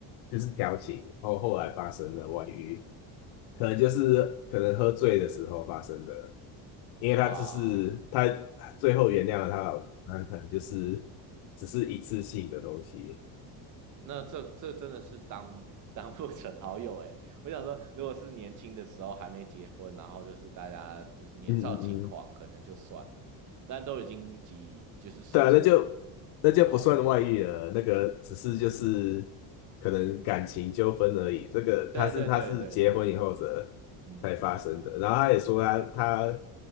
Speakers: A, on the left (about 75°); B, on the right (about 45°).
A: 就是调情，然后后来发生了外遇，可能就是可能喝醉的时候发生的，因为他只是他
B: 哇，
A: 最后原谅了他老，婆，那可能就是只是一次性的东西。
B: 那这这真的是当 <laughs> 当不成好友哎。我想说，如果是年轻的时候还没结婚，然后就是大家就是年少轻狂，
A: 嗯嗯嗯。
B: 可能就算了，但都已经几就是十几年
A: 对啊，那就那就不算外遇了，
B: 的好友了。
A: 那个只是就是可能感情纠纷而已。这个他是他是结婚以后的
B: 对对对对对，嗯，
A: 才发生的，然后他也说他他